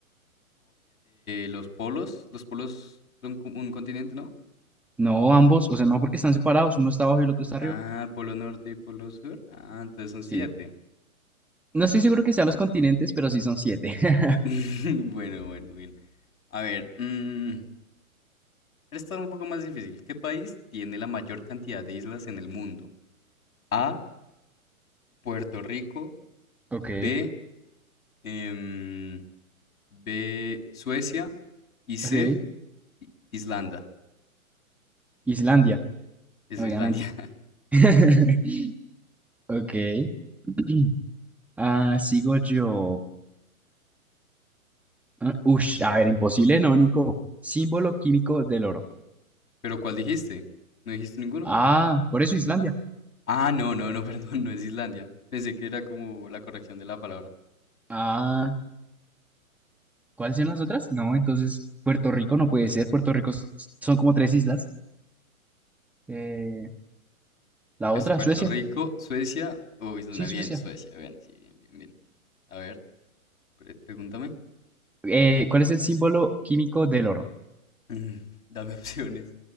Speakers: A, on the left; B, in the centre.
A: los polos, los polos son co- un continente, ¿no?
B: No, ambos, o sea, no porque están separados, uno está abajo y el otro está
A: Ah,
B: arriba.
A: polo norte y polo sur. Ah, entonces son
B: Sí.
A: siete
B: No estoy seguro que sean los continentes, pero sí son siete. <laughs>
A: <laughs> Bueno, bueno, bien. A ver, mm, esta es un poco más difícil. ¿Qué país tiene la mayor cantidad de islas en el mundo? A, Puerto Rico.
B: Ok,
A: B, em, B, Suecia y C,
B: ok.
A: Islanda.
B: Islandia,
A: Es
B: obviamente.
A: Islandia. <laughs>
B: <laughs> Ok. <clears throat> Ah, sigo yo. Ah, Ush, a ver, imposible, no, Nico. Símbolo químico del oro.
A: ¿Pero cuál dijiste? ¿No dijiste ninguno?
B: Ah, por eso Islandia.
A: Ah, no, no, no, <laughs> perdón, no es Islandia. Pensé que era como la corrección de la palabra.
B: Ah, ¿cuáles son las otras? No, entonces Puerto Rico no puede ser. Puerto Rico s- son como tres islas. Eh, la
A: Es
B: otra,
A: Puerto
B: Suecia.
A: Rico, Suecia o Islanda.
B: Sí,
A: Bien,
B: Suecia.
A: Suecia, bien, sí, bien, bien, bien. A ver, pre- pregúntame.
B: Eh, ¿cuál es el símbolo químico del oro?
A: Mm, <laughs> Dame opciones.